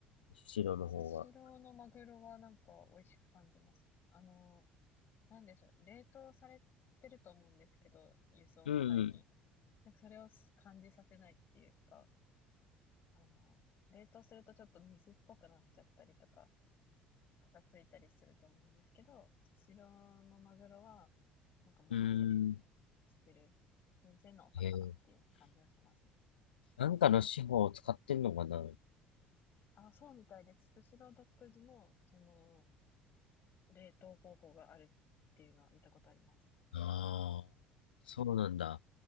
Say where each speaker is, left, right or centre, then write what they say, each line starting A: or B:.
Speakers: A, on the left; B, on the left.
A: スシローの方が。
B: スシローのマグロはなんか美味しく感じます。あの、なんでしょう。冷凍されてると思うんですけど、輸送の際に。
A: うん
B: なんかそれを感じさせないっていうか、あの、冷凍するとちょっと水っぽくなっちゃったりとか、パサついたりすると思うんですけど、スシローのマグロは、なんかもっちり
A: うん。うーん。
B: してる、新鮮なお魚っていう感じがしますね。
A: えー、なんかの手法を使ってんのかなあ
B: あ、そうみたいです。スシロー独自の、その、冷凍方法があるっていうのは見たことあります。
A: あそうなんだ。